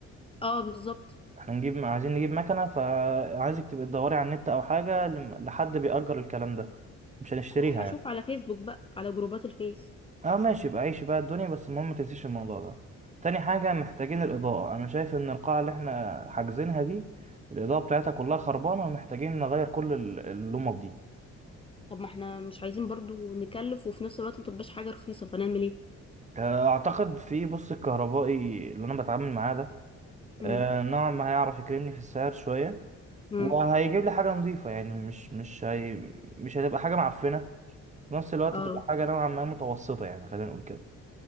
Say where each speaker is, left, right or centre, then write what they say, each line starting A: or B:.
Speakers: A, on the left; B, on the right.
A: اه بالظبط
B: احنا نجيب عايزين نجيب مكنة فعايزك تبقى تدوري على النت او حاجة لم- لحد بيأجر الكلام ده مش هنشتريها
A: هشوف
B: يعني.
A: على فيسبوك بقى على جروبات الفيس
B: اه ماشي بقى عيش بقى الدنيا بس المهم ما تنسيش الموضوع ده تاني حاجة محتاجين الإضاءة أنا شايف إن القاعة اللي إحنا حاجزينها دي الإضاءة بتاعتها كلها خربانة ومحتاجين نغير كل ال- اللمب دي
A: طب ما احنا مش عايزين برضو نكلف وفي نفس الوقت متبقاش حاجة رخيصة فنعمل ايه
B: آه، أعتقد في بص الكهربائي اللي أنا بتعامل معاه ده
A: امم
B: آه، نوعا ما هيعرف يكرمني في السعر شوية
A: امم
B: وهيجيب لي حاجة نظيفة يعني مش مش هي مش هتبقى حاجة معفنة في نفس الوقت
A: اه
B: هتبقى حاجة نوعا ما متوسطة يعني خلينا نقول كده